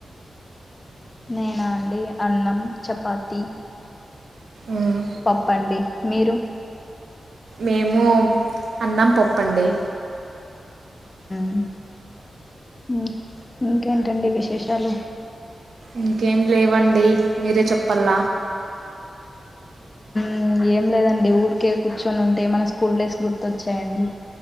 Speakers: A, on the left; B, on the right.
A: నేనా అండి అన్నం, చపాతి,
B: మ్మ్
A: పప్పండి. మీరు
B: మేము అన్నం, పప్పండి.
A: మ్ ఉ ఇంకేంటండి విశేషాలు?
B: ఇంకేం లేవండి మీరే చెప్పల్ల
A: మ్ ఏం లేదండి ఊరికే కూర్చొని ఉంటే మన స్కూల్ డేస్ గుర్తొచ్చాయండి.